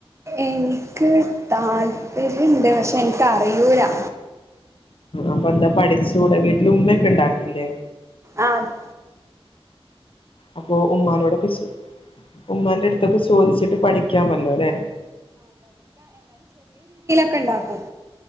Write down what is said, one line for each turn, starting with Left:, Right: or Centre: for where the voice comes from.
Right: എനിക്ക് താല്പര്യം ണ്ട് പക്ഷേ എനിക്ക് അറിയൂരാ
Left: അപ്പൊ എന്താ പഠിച്ചുകൂടെ വീട്ടില് ഉമ്മയൊക്കെ ഉണ്ടാക്കില്ലേ?
Right: ആ അത്
Left: അപ്പൊ ഉമ്മാനോടൊക്കെ ചൊ ഉമ്മാന്റെ അടുത്തൊക്കെ ചോദിച്ചിട്ട് പഠിക് ത്യാ മൊല്ലോലേ
Right: ക്കെ ണ്ടാക്കും.